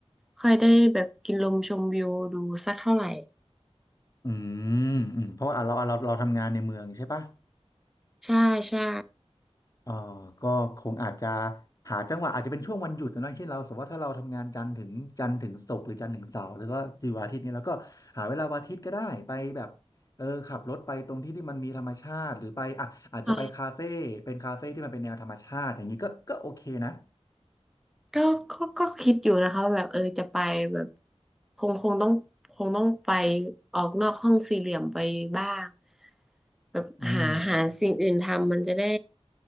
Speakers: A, in the centre; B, on the left.
A: ค่อยได้แบบกินลมชมวิวดูสักเท่าไหร่
B: อืมอืมเพราะว่าอ่ะเราเราเราทำงานในเมืองใช่ปะ
A: ใช่ใช่
B: เออก็คงอาจจะหาจังหวะอาจจะเป็นช่วงวันหยุดนะเช่นเราสมมติว่าถ้าเราทำงานจันทร์ถึงจันทร์ถึงศุกร์หรือจันทร์ถึงเสาร์แล้วก็อยวันอาทิตย์เนี่ยเราก็หาเวลาวันอาทิตย์ก็ได้ไปแบบเออขับรถไปตรงที่ที่มันมีธรรมชาติหรือไปอ่ะอาจจะไปคาเฟ่เป็นคาเฟ่ที่มันเป็นแนวธรรมชาติอย่างนี้ก็ก็โอเคนะ
A: เออ ก็ก็ก็คิดอยู่นะคะว่าแบบเออจะไปแบบคงคงต้องคงต้องไปออกนอกห้องสี่เหลี่ยมไปบ้างแบบหาหาสิ่งอื่นทำมันจะได้
B: อืม